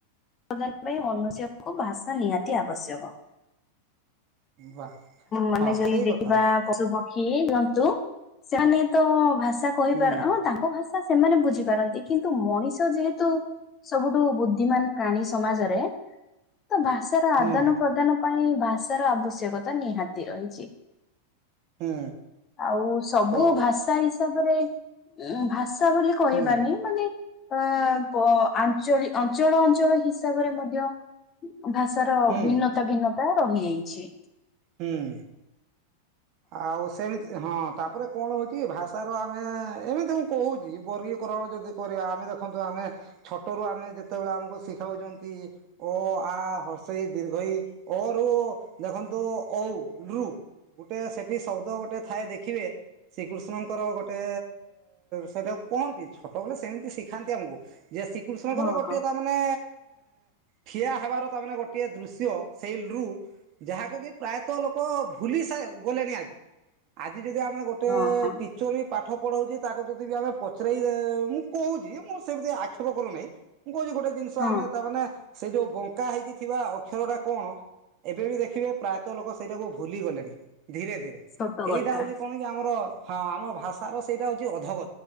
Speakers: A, on the left; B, on the right.
A: ପ୍ରଦାନ ପାଇଁ ମନୁଷ୍ୟଙ୍କୁ ଭାଷା ନିହାତି ଆବଶ୍ୟକ।
B: ବା
A: ମାନେ
B: ହଁ
A: ଯଦି
B: ସେଇ
A: ଦେଖିବା
B: କଥା
A: ପଶୁ ପକ୍ଷୀ ନିଅନ୍ତୁ ସେମାନେ ତ ଭାଷା କହିପାର
B: ହୁଁ
A: ହଁ ତାଙ୍କ ଭାଷା ସେମାନେ ବୁଝିପାରନ୍ତି କିନ୍ତୁ ମଣିଷ ଯେହେତୁ ସବୁଠୁ ବୁଦ୍ଧିମାନ ପ୍ରାଣୀ ସମାଜରେ। ତ ଭାଷାର
B: ହୁଁ
A: ଆଦାନ ପ୍ରଦାନ ପାଇଁ ଭାଷାର ଆବଶ୍ୟକତା ନିହାତି ରହିଛି।
B: ହୁଁ
A: ଆଉ ସବୁ
B: ତ
A: ଭାଷା ହିସାବରେ ଉ ଭାଷା ବୋଲି କହିବାନି
B: ହୁଁ
A: ମାନେ ଅ ଆଞ୍ଚଳି ଅଞ୍ଚଳ ଅଞ୍ଚଳ ହିସାବରେ ମଧ୍ୟ ଭାଷାର
B: ହୁଁ
A: ଭିନ୍ନତା ଭିନ୍ନତା ରହି ଯାଇଛି।
B: ହୁଁ ଆଉ ସେମି ହଁ ତାପରେ କଣ ହଉଛି କି ଭାଷାର ଆମେ ଏମିତି ମୁଁ କହୁଛି ବର୍ଗୀକରଣ ଯଦି କରିବା ଆମେ ଦେଖନ୍ତୁ ଆମେ ଛୋଟରୁ ଆମେ ଯେତେବେଳେ ଆମକୁ ଶିଖାଉଛନ୍ତି ଓ ଆ ହରସେଇ ଦ୍ରିଘେଇ ଦୀର୍ଘଈ ଅ ରୁ ଦେଖନ୍ତୁ ଅଉ ବୃ ଗୋଟେ ସେଠି ଶବ୍ଦ ଗୋଟେ ଥାଏ ଦେଖିବେ ଶ୍ରୀକୃଷ୍ଣ ଙ୍କ ର ଗୋଟେ ସେଟାକୁ କୁହନ୍ତି ଛୋଟ ବଳେ ସେମିତି ଶିଖାନ୍ତି ଆମକୁ ଯେ ଶ୍ରୀକୃଷ୍ଣଙ୍କର
A: ହଁ
B: ଗୋଟେ
A: ହଁ
B: ତା ମାନେ ଠିଆ ହେବାର ତା ମାନ ଗୋଟିଏ ଦୃଶ୍ୟ ସେଇ ରୁ ରୁ ଯାହାକୁ କି ପ୍ରାୟତଃ ଲୋକ ଭୁଲି ସା ଗଲେଣିି ଆଜି ଆଜ ଆଜି ଯଦି ଆମେ ଗୋଟେ
A: ହଁ ହଁ
B: ଟିଚର ବି ପାଠ ପଢଉଚି ତାକୁ ଯଦି ବି ଆମେ ପଚା ସେଇ ମୁଁ କହୁଛି ମୁଁ ସେମିତି ଆକ୍ଷେପ କରୁନାହିଁ। କଣ କହୁଛି ଗୋଟେ ଜିନିଷ
A: ହଁ।
B: ଆମେ ତାମାନେେ ସେ ଯୋଉ ବଙ୍କା ହେଇକି ଥିବା ଅକ୍ଷର ଗୁଡା କଣ ଏବେ ବି ଦେଖିବେ ପ୍ରାୟତଃ ଲୋକ ସେଇଟାକୁ ଭୁଲି ଗଲେଣି। ଧୀରେ ଧୀରେ
A: ସତ କଥା
B: ଏଇଟା କଣ ହଉଚି କି ଆମର ହଁ ଆମ ଭାଷ ର ସେଇଟା ହଉଛି ଅଧ